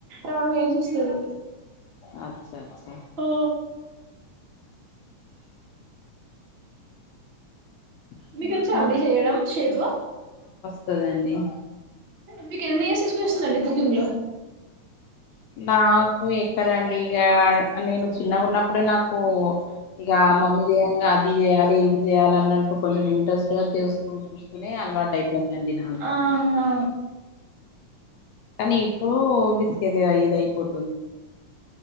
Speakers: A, on the right (about 60°); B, on the left (about 80°).
A: రౌండ్ గా చేసి ఇస్తది
B: అచా అచ్చ
A: ఓ
B: ఇంకా
A: మీక వచ్చా అండి చేయడం షేపు
B: వాస్తదండి
A: మీకు ఎన్ని ఇయర్స్ ఎక్స్పీరియన్స్ందండి కుకింగ్ లో
B: నాకు ఎక్కడండి ఇక నేను చిన్నగా ఉన్నప్పుడే నాకు ఇక మమ్మీ చేయంగా అది చేయాలి ఇది చేయాలి అన్న అంట కొంచెం ఇంట్రెస్ట్ గా చేస్తూ చూస్తూనే అలవాటు అయిపోందండి నాకు
A: ఆహా
B: కానీ ఇప్పుడు విసికేది ఇది అయిపోతు